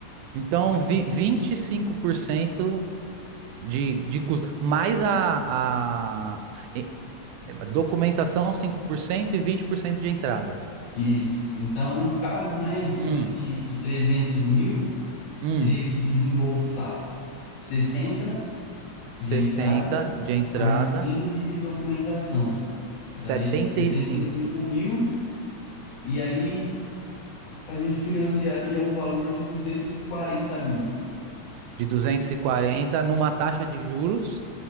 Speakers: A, on the right; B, on the left.
A: então, vi- 25% de, de custo, mais a, a e- documentação 5% e 20% de entrada.
B: Isso. Então, no caso, né, em cima
A: Hum,
B: de, de 300 mil,
A: hum,
B: teria que desembolsar 60 de
A: 60
B: entrada,
A: de entrada,
B: mais 15 de documentação.
A: setenta
B: Daria setenta
A: e cinco
B: e cinco mil, e aí a gente financiaria um valor de 240 mil,
A: de 240 numa taxa de juros